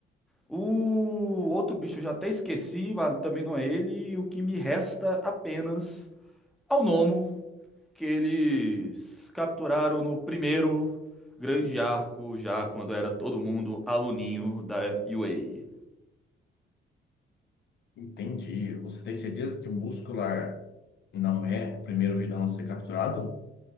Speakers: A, in the centre; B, on the left.
A: O outro bicho eu já até esqueci, mas também não é ele. E o que me resta apenas ao Nomo, que eles capturaram no primeiro grande arco, já quando era todo mundo aluninho da UA.
B: Entendi. Você tem certeza que o Muscular não é o primeiro vilão a ser capturado?